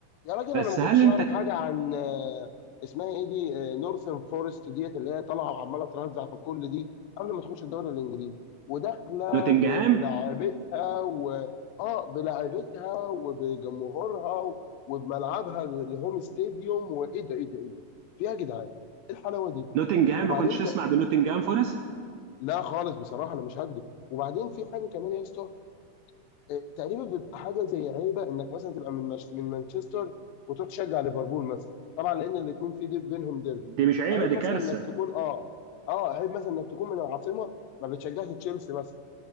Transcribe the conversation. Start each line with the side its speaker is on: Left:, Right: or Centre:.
Left: يا راجل
Right: بس
Left: انا ما كنتش
Right: هل انت
Left: اعرف حاجه عن آه، اسمها ايه دي آه، نورثن فورست ديت اللي هي طالعه وعماله ترزع في الكل دي قبل ما تخش الدوري الانجليزي وداخله
Right: نوتنجهام
Left: ب- في لعبتها و اه بلعبتها وبجمهورها و- وبملعبها الهوم ستاديوم وايه ده ايه ده ايه ده في ايه يا جدعان ايه الحلاوه دي
Right: نوتنجهام
Left: وبعدين
Right: ما كنتش
Left: انت
Right: تسمع بنوتنجهام فورست
Left: لا خالص بصراحه انا مش هكذب وبعدين في حاجه كمان يا اسطى إيه، تقريبا بيبقى حاجه زي عيبه انك مثلا تبقى من مش... من مانشستر وتروح تشجع ليفربول مثلا طبعا لان الاثنين في ديب بينهم ديربي
Right: دي مش عيبه
Left: عيب
Right: دي
Left: مثلا
Right: كارثه
Left: انك تكون اه اه عيب مثلا انك تكون من العاصمه ما بتشجعش تشيلسي مثلا